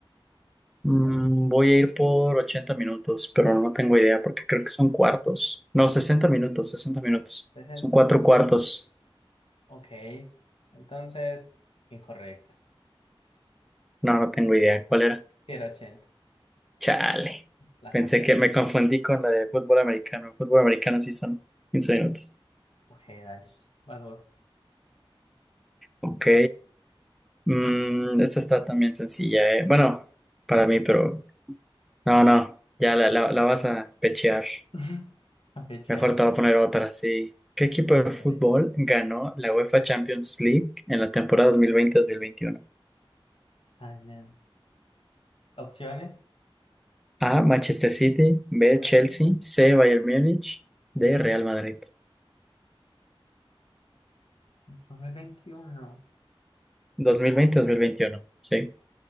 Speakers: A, in the centre; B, on the left.
A: Mm, voy a ir por 80 minutos, pero no tengo idea porque creo que son cuartos. No, 60 minutos, 60 minutos.
B: sesenta
A: Son cuatro cuartos.
B: Ok. Entonces, incorrecto.
A: No, no tengo idea. ¿Cuál era?
B: Si era 80.
A: Chale.
B: La
A: Pensé
B: cambiar.
A: que me confundí con la de fútbol americano. Fútbol americano sí son 15 minutos.
B: Ok, dale. Vas vos.
A: Ok. Mm, esta está también sencilla, eh. Bueno, para mí, pero no, no. Ya la, la, la vas a pechear.
B: <laughs> A fichear.
A: Mejor te voy a poner otra, sí. ¿Qué equipo
B: Sí,
A: de
B: dale.
A: fútbol ganó la UEFA Champions League en la temporada 2020-2021?
B: Ay, no. Opciones.
A: A. Manchester City, B.
B: No,
A: Chelsea, C. Bayern Múnich, D. Real Madrid.
B: 2021.
A: 2020-2021, sí.